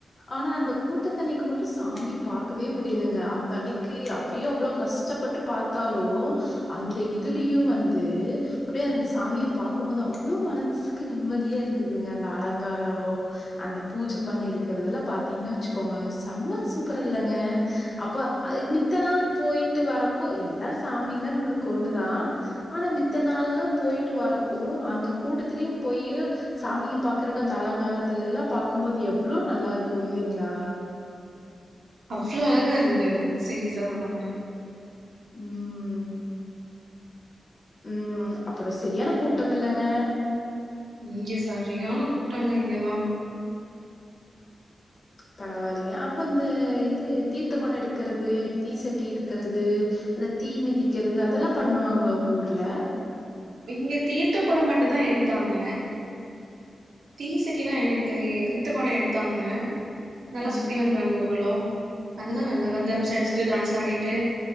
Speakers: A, on the left; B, on the right.
A: ஆனா அந்த கூட்டத்தண்ணிக்கு மட்டு சாமிய பாக்கவே முடிலங்க அந்த அன்னைக்கு அப் அப்டியே அவ்ளோ கஷ்டப்பட்டு பாத்தாலு அந்த இதுலயு வந்து அப்டே அந்த சாமிய பாக்கும்போது அவ்ளோ மனசுக்கு நிம்மதியா இருந்துதுங்க அந்த அலங்காரோ அந்த பூஜ பண்ணி இருக்கறதெல்லா பாத்தீங்ன்னா வச்சுக்கோங்க செம்ம சூப்பர் இல்லங்க அப்போ இன் மித்த நாள் போயிட்டு வரக்கு எல்லா சாமிலாம் நம்மளுக்கு ஒண்ணுதா ஆனா மித்த நாள்லா போயிட்டு வரறக்கு அந்த கூட்டத்திலயும் போயி சாமிய பாக்கறக்கு அந்த அலங்காரத்துல எல்லா பாக்கும்போது எவ்ளோ நல்லா இருக்கும் இல்லைங்களா
B: அவ்ளோ அழகா இருந்தது சீரீஸா சொன்ன மாதிரி
A: உம் ம் உம் அப்புறோ சரியான கூட்டம் இல்லைங்க
B: இங்க சரியான கூட்டங்க இங்கல்லா
A: பரவாயில்லைங்க அப்ப இந்த இது தீர்த்தக்கொட எடுக்கிறது தீசட்டி எடுக்கிறது அந்த தீ மிதிக்கிறது அதெல்லா பண்ணுவாங்களா உங்க ஊர்ல
B: இங்க தீர்த்த கொட மட்டு தா எடுகாங்க தீசட்டி எல்லா எடுக்கலையே தீர்த்த கொட எடுத்தாங்க நல்லா
A: ம்
B: சுத்தி வந்தாங்க ஊர்வலொம் அதெல்லாம் நல்லன்னா டம்ஸ் அடிச்சுட்டு டான்ஸ் ஆடிட்டு